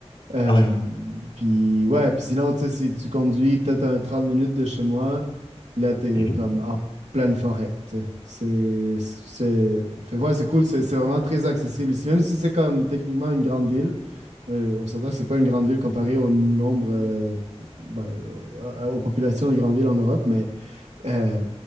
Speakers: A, on the right (about 85°); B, on the left (about 55°).
A: Euh,
B: Ah ouais.
A: puis ouais, puis sinon, tu sais, si tu conduis peut-être un 30 minutes de chez moi, là, t'es
B: Mhm.
A: comme en pleine forêt, tu sais. C'est, c'est... Fait que ouais, c'est cool, c'est c'est vraiment très accessible ici. Même si c'est comme techniquement une grande ville, euh, on s'entend que c'est pas une grande ville comparée au nombre, euh, ben, euh, aux populations des grandes villes en Europe, mais euh,